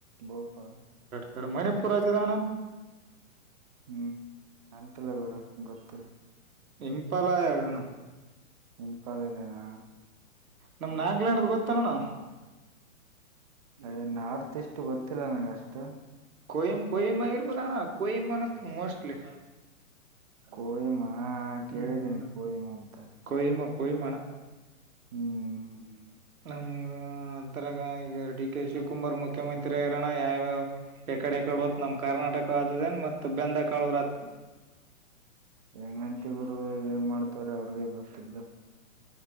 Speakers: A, on the right; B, on the right.
A: ಭೋಪಾಲ್
B: ಸ ಮಣಿಪೂರ್ ರಾಜ ದಾನ
A: ಹ್ಮ್ ನಂತಲ್ಲ ಗೋರು ಗೊತ್ತಿಲ್ಲ
B: ಇಂಪಲಯಾಗಣ
A: ಎಂಪಾಲ ಇದೇನಾ
B: ನಮ್ ನಾಗಾಲ್ಯಾಂಡ್ ಗೊತ್ತಣ್ಣ ನಾವು
A: ನ ಮತ್ತೆಷ್ಟು ಗೊತ್ತಿಲ್ಲ ನನ್ಗ ಅಷ್ಟು
B: ಕೊಹಂಬಯಿಂಬ ಪಾಣ ಕೊಇಂಂಬನ್ತ ಮೋಸ್ಟ್ಲಿ
A: ಕೋಹಿಮಾ ಕೇಳಿದ್ದೀನಿ
B: ಹ್ಮ್
A: ಕೋಹಿಮಾ ಅಂತ.
B: ಕೊಯಿಮ ಕೊಯಿಮ್ ಅಣ್ಣ
A: ಹ್ಮ್
B: ಹ್ಮ್ ಅಂತರ ಈಗ ಡಿ ಕೆ ಶಿವಕುಮಾರ್ ಮುಖ್ಯಮಂತ್ರಿ ಆಗರೋಣ ಯಾವಾವ. ಎಕಡೆ ಎಕಡೆ ತ್ ನಮ ಕರ್ನಾಟಕ ಆದದೇಏನ್ ಮತ್ತ ಬೆಂದಕಾಳರತ್ರ.
A: ಹೆಂಗಂತವರು ಏನ್ ಮಾಡ್ತಾರ. ಅವ್ರಿಗೆ ಗೊತ್ತಿದ್ದು
B: ಚ